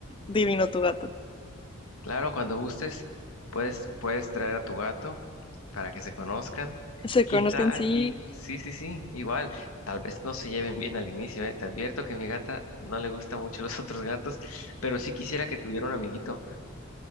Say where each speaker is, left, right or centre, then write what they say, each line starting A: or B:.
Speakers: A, on the left; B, on the left.
A: divino tu gato.
B: Claro, cuando gustes, puedes, puedes traer a tu gato para que se conozcan.
A: Se
B: Quizá
A: conozcan, sí,
B: aquí, sí, sí, sí, igual. Tal vez no se lleven bien al inicio, ¿eh? Te advierto que a mi gata no le gustan mucho los <laughs> otros gatos, pero sí quisiera que tuviera un amiguito.